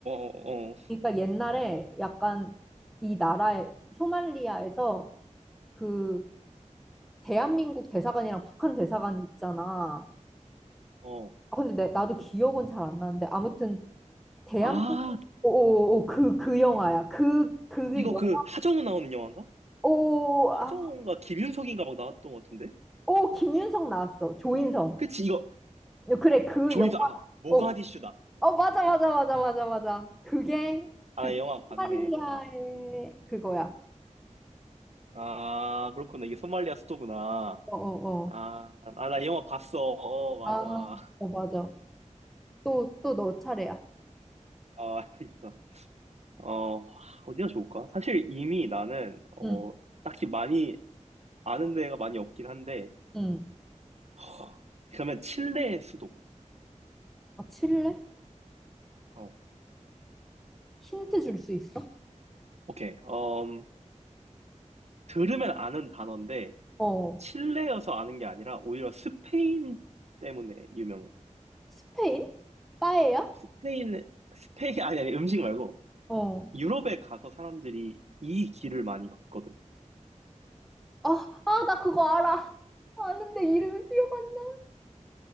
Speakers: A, on the right; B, in the centre.
A: 어, 어.
B: 그러니까 옛날에 약간 이 나라에, 소말리아에서 그 대한민국 대사관이랑 북한 대사관 있잖아.
A: 어.
B: 아, 근데 내, 나도 기억은 잘 안 나는데 아무튼 대한민국,
A: 아,
B: 오, 오, 오, 그, 그 영화야. 그, 그게,
A: 이거
B: 영-
A: 그 하정우 나오는 영화인가?
B: 오,
A: 하정우인가
B: 아, 어,
A: 김윤석인가 막 나왔던 것 같은데?
B: 오, 김윤석 나왔어. 조인성.
A: 그치, 이거
B: 그래, 그
A: 조이서,
B: 영화.
A: 아, 모가디슈다.
B: 어, 어, 맞아, 맞아, 맞아, 맞아, 맞아. 그게,
A: 아,
B: 그,
A: 나 영화 봤네.
B: 소말리아의
A: 아,
B: 그거야.
A: 아, 그렇구나. 이게 소말리아 수도구나.
B: 어, 어, 어.
A: 아, 아, 나 영화 봤어. 어, 맞아.
B: 아, 어, 맞아. 또, 또 너 차례야.
A: 아, <laughs> 알겠어. 어, 어디가 좋을까? 사실 이미 나는, 어,
B: 응,
A: 딱히 많이 아는 데가 많이 없긴 한데,
B: 응.
A: 허, 그러면 칠레의 수도.
B: 아, 칠레?
A: 어,
B: 힌트 줄 수 있어?
A: 오케이. 음, 들으면 아는 단어인데,
B: 어.
A: 칠레여서 아는 게 아니라, 오히려 스페인 때문에 유명해.
B: 스페인? 빠에야?
A: 스페인, 스페인, 아니, 아니, 음식 말고,
B: 어.
A: 유럽에 가서 사람들이 이 길을 많이 걷거든.
B: 아, 아, 나 그거 알아. 아는데 이름이 기억 안 나.